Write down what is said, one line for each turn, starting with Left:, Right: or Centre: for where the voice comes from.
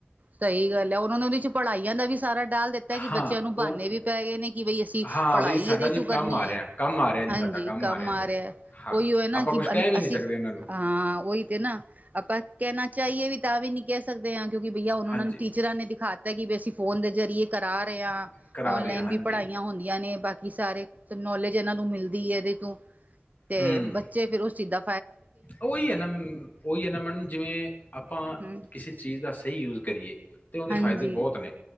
Right: ਸਹੀ ਗੱਲ ਹੈ ਉਹਨਾਂ ਨੇ ਉਹਦੇ ਚ ਪੜ੍ਹਾਈਆਂ ਦਾ ਵੀ ਸਾਰਾ ਡਾਲ ਦਿੱਤਾ ਕਿ
Left: ਹਾਂ
Right: ਬੱਚਿਆਂ ਨੂੰ ਬਹਾਨੇ
Left: ਹੁਣ
Right: ਵੀ ਪੈ ਗਏ ਨੇ ਕਿ ਬਈ ਅਸੀਂ
Left: ਹਾਂ
Right: ਪੜ੍ਹਾਈ
Left: ਬਈ ਸਾਡਾ
Right: ਇਹਦੇ
Left: ਜੀ
Right: ਚੋਂ ਕਰਨੀ
Left: ਕੰਮ ਆ ਰਿਹਾ
Right: ਹੈ,
Left: ਕੰਮ ਆ ਰਿਹਾ ਜੀ
Right: ਹਾਂਜੀ
Left: ਸਾਡਾ
Right: ਕੰਮ ਆ
Left: ਇਹਦੇ ਤੇ
Right: ਰਿਹਾ
Left: ਹਾਂ
Right: ਓਈਓ ਐ ਨਾ
Left: ਆਪਾਂ
Right: ਕਿ
Left: ਕੁਛ ਕਹਿ ਵੀ
Right: ਅਸੀਂ
Left: ਨਹੀਂ ਸਕਦੇ ਉਹਨਾਂ ਨੂੰ
Right: ਹਾਂ ਉਹੀ ਤੇ ਨਾ ਆਪਾਂ ਕਹਿਣਾ ਚਾਹੀਏ ਵੀ ਤਾਂ ਵੀ ਨੀ ਕਹਿ ਸਕਦੇ ਹਾਂ ਕਿਉਂਕਿ ਬਈਆ ਉਹਣ ਉਹ
Left: ਹਾਂਜੀ
Right: ਨੇ ਟੀਚ ਟੀਚਰਾਂ ਨੇ ਦਿਖਾਤਾ ਕਿ ਵੀ ਅਸੀਂ ਫੋਨ ਦੇ ਜ਼ਰੀਏ ਕਰਾ ਰਹੇ ਹਾਂ,
Left: ਕਰਾ
Right: ਔਨਲਾਈਨ
Left: ਰਹੇ ਹਾਂ, ਹਾਂਜੀ।
Right: ਵੀ ਪੜ੍ਹਾਈਆਂ ਹੁੰਦੀਆਂ ਨੇ ਬਾਕੀ ਕਿ ਸਾਰੇ ਨੌਲੇਜ ਇਹਨਾਂ ਨੂੰ ਮਿਲਦੀ ਹੈ ਇਹਦੇ ਤੋਂ ਤੇ
Left: ਹੂੰ,
Right: ਬੱਚੇ ਫਿਰ ਉਹ ਚਿੱਜ ਦਾਂ
Left: ਉਹੀ ਹੈ ਨਾ, ਉਹੀ ਹੈ ਨਾ ਮੈਡਮ ਜਿਵੇਂ ਆਪਾਂ
Right: ਹਮ
Left: ਕਿਸੇ ਚੀਜ਼ ਦਾ ਸਹੀ ਯੂਜ ਕਰੀਏ ਤੇ ਉਹਦੇ
Right: ਹਾਂਜੀ
Left: ਫਾਇਦੇ ਬਹੁਤ ਨੇ,